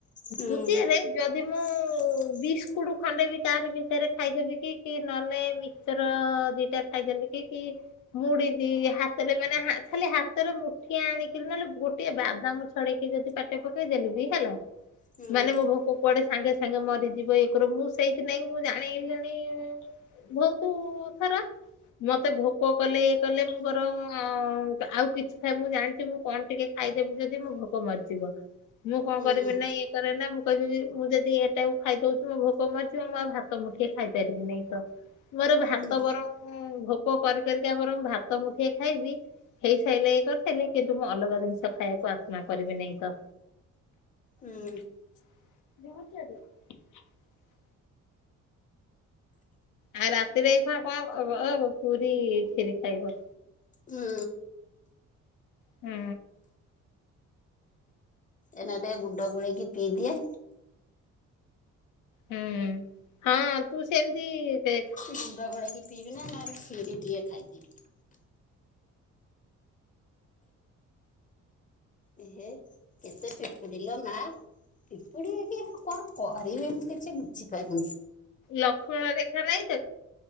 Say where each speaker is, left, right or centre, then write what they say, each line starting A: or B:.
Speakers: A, on the left; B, on the left.
A: ହୁଁ
B: ଦ୍ବିତୀୟରେ ଯଦି ମୁଁ
A: <inaudible>
B: ବିସ୍କୁଟ ଖଣ୍ଡେ ବି ତାରି ଭିତରେ ଖାଇଦେବି କି କି ନହଲେ ମିକ୍ସଚର ଦିଟା ଖାଇଦେଲି ମୁଡିଦି ହାତରେ ମାନେ ହା ଖାଲି ହାତରେ ମୁଠିଏ ଆଣିକିରି ନହେଲେ ଗୋଟିଏ ବାଦାମ ଛଡେଇକି ଯଦି ପାଟେ ପକେଇ ଦେଲେ ବି ହେଲା
A: ହୁଁ
B: ମାନେ ମୋ ଭୋକ କୁଆଡେ ସାଙ୍ଗେ ସାଙ୍ଗେ ମରିଯିବ ଇଏ କରିଅ ମୁଁ ସେଇଥି ନାଇଁ ମୁଁ ଜାଣି ଗଲିଣି ଭଉତ ଥର ମତେ ଭୋ କ କଲେ କଲେ ମୁଁ ମୋର ଆଉ କିଛି ଥା ମୁଁ ଜାଣିଛି ମୁଁ କଣ ଟିକେ ଖାଇଦେବି ଯଦି ମୁଁ ଭୋକ ମରିିଜିଵ ମୁଁ କଣ
A: ହୁଁ
B: କରିବି ନାଇଁ ମୁଁ କହିବି ମୁଁ ଯଦି ଏଟାକୁ ଖାଇଦଉଛି ମୋ ଭୋକ ମରିଯିବ ମୁଁ ଆଉ ଭାତ ମୁଠେ ଖାଇପାରିବି ନାଇଁ ତ। ମୋର
A: ହୁଁ
B: ଭାତ ବରଂ ଭୋକ କରି କରିିକା ବରଂ ଭାତ ମୁଠିଆ ଖାଇବି ହେଇ ସାଇିଲ ଏଇ କରି ଥିଲି କିନ୍ତୁ ମୁଁ ଅଲଗା ଜିନିଷ ଖାଇବାକୁ ଆତ୍ମା କରିବି ନାାଇଁ ତ।
A: ହୁଁ।
B: <unintelligible> ଆଉ ରାତିରେ ଏଇ ଖୁଆ କଣ <unintelligible> ପୁରୀ କ୍ଷରି ଖାଇବ।
A: ହୁଁ
B: ହୁଁ।
A: ଏନା ଟିକେ ଗୁଣ୍ଡ ଗୋଳେଇକି ପିଇଦିଏ।
B: ହୁଁ ହଁ ତୁ ସେମତିତେ
A: ମୁୁଣ୍ଡ ଗୋଳେଇକି ପିଇବି ନା ନା କ୍ଷୀରି ଟିକଏ ଖାଇଦିଏ। ଏହେ କେତେ ପେ ଦିଲ ମା ପିମ୍ପୁଡ଼ି କି ଆଉ କଣ କରିବି ମୁଁ କିଛି ବୁଝିପାରୁନି।
B: ଲକ୍ଷ୍ମଣ ରେଖା ନହିଁ ତ?